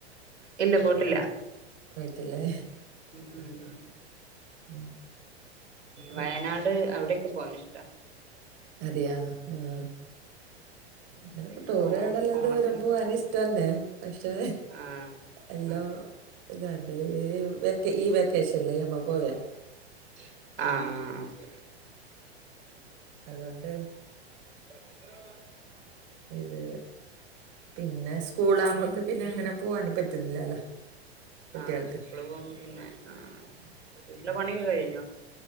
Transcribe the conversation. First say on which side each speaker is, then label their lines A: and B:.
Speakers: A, on the right; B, on the right.
A: ഇല്ല പോട്ടില്ല
B: പോയിട്ടില്ലേ
A: മുമ്
B: ഉം പിന്നെ
A: വയനാട് അവിടോക്കെ പോവാൻ ഇഷ്ട
B: അതെയാ ആഹ് അങ്ങനെപ്പോ
A: ഇനിയിപ്പോ
B: ടൂററോകൽ
A: ഓണം
B: ഇത്
A: ഓണത്തിനൊക്കെ
B: വരുമ്പോ അത്
A: പോണം
B: ഇഷ്ടംന്നെ പക്ഷേ
A: ആഹ്
B: എല്ലാം
A: ആഹ്
B: ഇതാണ്ട് ഈ വെക്ക് ഈ വെക്കേഷനില് ഞമ്മൾ പോയ
A: ആ ആ ആ
B: അതുകൊണ്ട്
A: <unintelligible>
B: ഇത് പിന്നെ സ്കൂൾ ആകുമ്പോക്ക് പിന്നെ ഇങ്ങനെ പോവനും പറ്റുന്നില്ലല്ലോ കുട്ടികൾക്ക്
A: ആ സ്കൂള് പോക പിന്നെ ആ വീട്ടിലെ പണിയൊക്കെ കഴിഞ്ഞോ